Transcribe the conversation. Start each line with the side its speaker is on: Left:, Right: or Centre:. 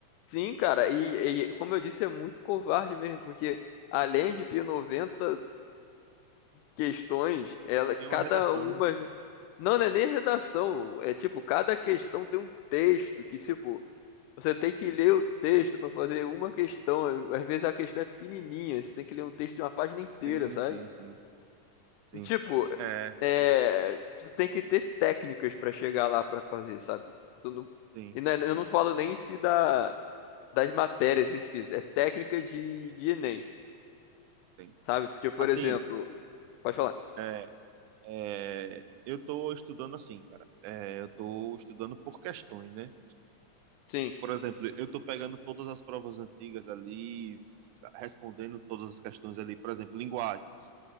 Left: sim, cara. E, e como eu disse, é muito covarde mesmo, porque além de ter 90 questões, ela,
Right: Tem uma
Left: cada
Right: redação,
Left: uma.
Right: né?
Left: Não, não é nem redação. É tipo, cada questão tem um texto que, tipo. Você tem que ler o texto para fazer uma questão. eh, Às vezes a questão é pequenininha, você tem que ler um texto de uma página inteira,
Right: Sim,
Left: sabe?
Right: sim, sim, sim.
Left: E tipo,
Right: É,
Left: é, tu tem que ter técnicas para chegar lá para fazer, sabe? Tu não-
Right: sim,
Left: e não é- eu não falo nem em si da, das matérias em si, é técnica de, de Enem,
Right: tem.
Left: sabe? Porque, por
Right: Assim,
Left: exemplo, pode falar.
Right: é, é, eu tô estudando assim, cara. É, eu tô estudando por questões, né?
Left: Sim.
Right: Por exemplo, eu tô pegando todas as provas antigas ali, respondendo todas as questões ali. Por exemplo, linguagens.